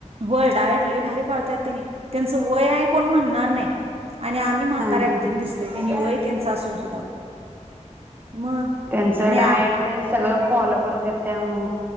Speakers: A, on the right; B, on the right.
A: होय डायट लई भारी पाळत्यात ते त्याचं आहे वय कोणी म्हणनार नाही मी म्हाताऱ्या
B: हा
A: गत दिसतोय त्यांनी वय त्यांचा असून सुद्धा <inaudible>
B: त्यांचं
A: आणि
B: डायट
A: आ
B: न ते सगळं फॉलो करत्यात त्यामुळ